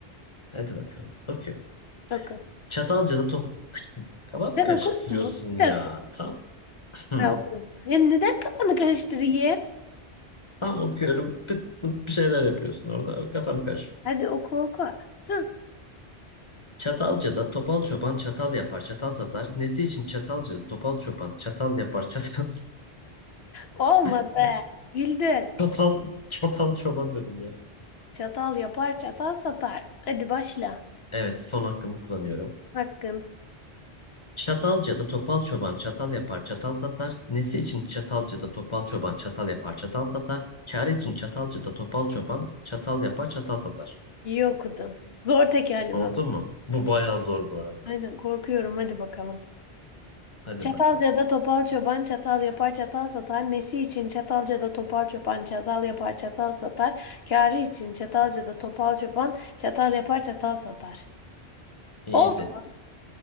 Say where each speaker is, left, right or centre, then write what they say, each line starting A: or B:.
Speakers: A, on the left; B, on the left.
A: Hadi bakalım. Okuyorum.
B: Oku.
A: Çatalca'da top... <laughs> Kafam
B: Ben
A: karıştırıyorsun
B: okudum mu? Bir
A: ya.
B: dakika.
A: Tam. Hı.
B: Ha, okudum. Ya neden kafanı karıştırayım?
A: Tam okuyorum. Pıt pıt bir şeyler yapıyorsun orada. Kafam karışıyor.
B: Hadi oku oku. Sus.
A: Çatalca'da topal çoban çatal yapar çatal satar. Nesi için Çatalca'da topal çoban çatal yapar çatal satar.
B: Olmadı.
A: <laughs>
B: Güldün.
A: Çatal, çatal çoban dedim ya.
B: Çatal yapar çatal satar. Hadi başla.
A: Evet son hakkımı kullanıyorum.
B: Hakkın.
A: Çatalca'da topal çoban çatal yapar çatal satar. Nesi için Çatalca'da topal çoban çatal yapar çatal satar. Çare için Çatalca'da topal çoban çatal yapar çatal satar.
B: İyi okudun. Zor tekerleme.
A: Oldu mu? Bu bayağı zor bu arada.
B: Aynen korkuyorum. Hadi bakalım.
A: Hadi
B: Çatalca'da
A: bakalım.
B: topal çoban çatal yapar çatal satar. Nesi için Çatalca'da topal çoban çatal yapar çatal satar. Kârı için Çatalca'da topal çoban çatal yapar çatal satar.
A: İyiydi.
B: Oldu mu?